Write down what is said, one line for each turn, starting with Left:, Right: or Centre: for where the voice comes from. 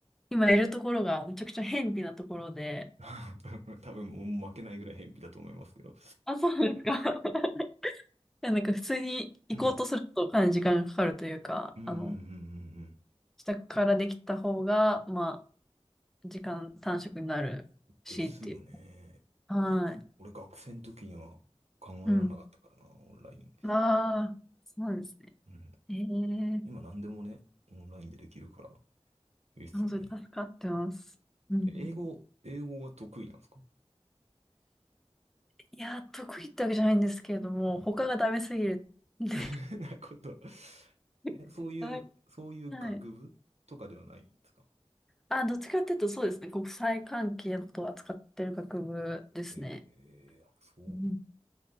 Centre: 今いるところがめちゃくちゃ辺鄙なところで、
Right: <laughs> 多分、もう負けないぐらい偏僻だと思いますけど。
Centre: あ、そうなんですか。<laughs> いやなんか普通に行こうとするとかなり時間がかかるというか、
Right: うん。うんうんうんうんう
Centre: あの、
Right: ん。
Centre: 自宅からできた方が、まあ、時間短縮になるしっていう。
Right: ですよね。
Centre: はい。
Right: 俺学生の時には考えられなかったからな、
Centre: うん。
Right: オンライン。
Centre: ああ、そうなんですね。
Right: うん。
Centre: ええ
Right: 今何でもね、オンラインでできるから、いいっすよね。
Centre: 本当に助かってます。うん。
Right: 英語、英語は得意なんですか
Centre: いや、得意ってわけじゃないんですけれども、
Right: うん。
Centre: 他がダメすぎるんで。
Right: <laughs> なこと。
Centre: <laughs>
Right: え、そういう、
Centre: はい。
Right: そういう学部とかではないんですか
Centre: はい。あ、どっちかっていうとそうですね。国際関係のことを扱ってる学部ですね。
Right: ええそう
Centre: うん